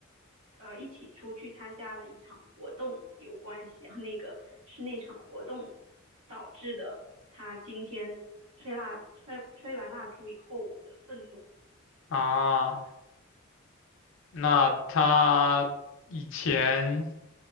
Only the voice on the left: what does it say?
<laughs> 啊。那他以前，